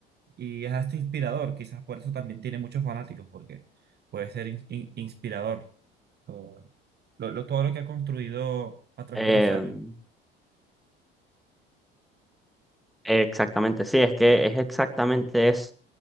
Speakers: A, on the right (about 35°); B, in the centre.
A: y es hasta inspirador, quizás por eso también tiene muchos fanáticos, porque puede ser in- in- inspirador o lo- lo- todo lo que ha construido a través
B: Em,
A: de los años.
B: Exactamente, sí, es que es exactamente eso.